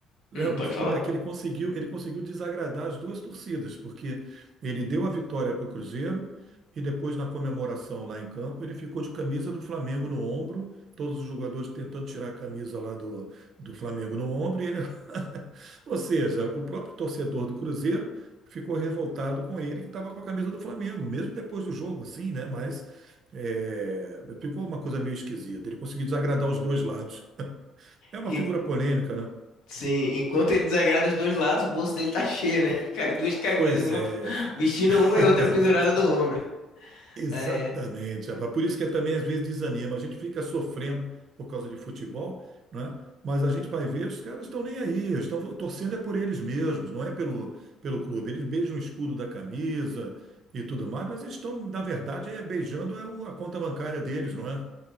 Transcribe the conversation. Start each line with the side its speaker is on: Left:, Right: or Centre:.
Right: Não,
Left: hum, pode
Right: não digo-
Left: falar.
Right: é que ele conseguiu, ele conseguiu desagradar as duas torcidas, porque ele deu a vitória para o Cruzeiro e depois, na comemoração lá em campo, ele ficou de camisa do Flamengo no ombro, todos os jogadores tentando tirar a camisa lá do, do Flamengo no ombro, e ele... <laughs> Ou seja, o próprio torcedor do Cruzeiro ficou revoltado com ele, que estava com a camisa do Flamengo, mesmo depois do jogo, assim, né? Mas é, ficou uma coisa meio esquisita. Ele conseguiu desagradar os dois lados. É uma
Left: En-
Right: figura polêmica, né?
Left: sim, enquanto ele desagrada os dois lados, o bolso dele tá cheio, né? <laughs> Com as duas camisas,
Right: Pois
Left: uma
Right: é.
Left: <laughs> vestindo
Right: <laughs>
Left: uma e outra pendurada no ombro.
Right: Exatamente,
Left: Ah, é.
Right: rapaz. Por isso que também às vezes desanima. A gente fica sofrendo por causa de futebol, né? Mas a gente vai ver, os caras estão nem aí, estão torcendo é por eles mesmos, não é pelo, pelo clube. Eles beijam o escudo da camisa e tudo mais, mas eles estão, na verdade, é, beijando é o- a conta bancária deles, não é?